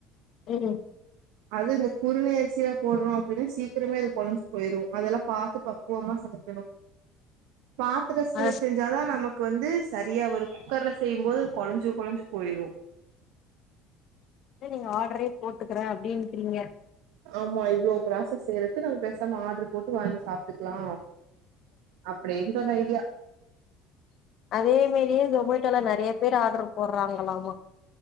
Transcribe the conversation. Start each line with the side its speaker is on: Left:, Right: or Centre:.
Left: ம்
Right: அது இந்த குறுந அரிசிதா போடுறோ அப்டின்னா சீக்கிரமே அது கொழஞ்சு போயிரு அதெல்லா பாத்து பக் குவமா சமைக்கணு பாத் த்துருசில்
Left: அத
Right: செஞ்சாதா நமக்கு வந்து சரியா வரு குக்கர்ல செய்யுபோது கொழஞ்சு கொழஞ்சு போயிடு
Left: இல்ல நீங்க ஆடரே போட்டுக்குறே அப்டின்ட்றீங்க
Right: ஆமா இவ்ளோ ப்ராசஸ் செய்றக்கு நம்ம பெசாம ஆடரு போட்டு வாங்கி சாப்ட்டுக்கலா அப்டி இருந்தது ஐடியா
Left: அதே மிறியு ஜொமேட்டோல நெறைய பேர் ஆர்டர் போடுறாங்களாமா